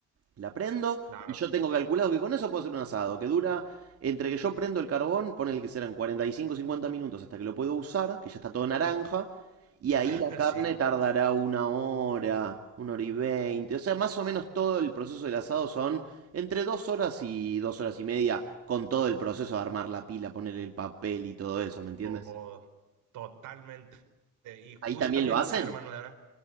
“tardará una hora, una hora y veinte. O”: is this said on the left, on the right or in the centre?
Right